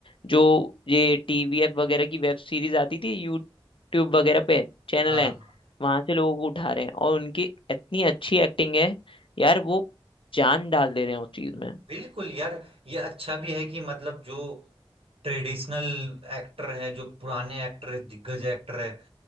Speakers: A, on the left; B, on the right.
A: जो ये टीवीएफ वगैरह की वेब सीरीज आती थी यूट्यूब वगैरह पे चैनल
B: हाँ
A: है
B: हाँ,
A: वहां से लोगों को उठा रहे हैं और उनकी इतनी अच्छी एक्टिंग है यार वो जान डाल दे रहे हैं उस चीज में
B: बिल्कुल यार ये अच्छा भी है कि मतलब जो ट्रेडिशनल एक्टर हैं जो पुराने एक्टर है दिग्गज एक्टर है